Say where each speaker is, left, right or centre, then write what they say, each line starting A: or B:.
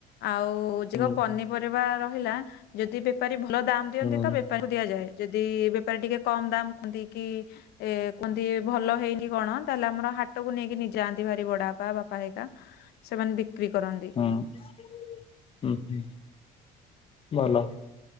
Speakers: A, on the left; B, on the left.
A: ଆଉ ଜିକ
B: ହୁଁ
A: ପନିପରିବା ରହିଲା ଯଦି ବେପାରୀ ଭଲ ଦାମ୍ ଦିଅନ୍ତି
B: ହୁଁ
A: ତ
B: ହୁଁ।
A: ବେପାରୀ କୁ ଦିଆଯାଏ। ଯଦି ବେପାରୀ ଟିକେ କମ୍ ଦାମ୍ ଦେଇକି ଏ କୁହନ୍ତି ଭଲ ହେଇନି କଣ ତାହେଲେ ଆମର ହାଟକୁ ନେଇକିନି ଯାଆନ୍ତି ଭାରି ବଡାପା ବାପା ହେଇକାା ସେମାନେ ବିକ୍ରି କରନ୍ତି।
B: ହଁ ହଁ, ହୁଁ ଭଲ।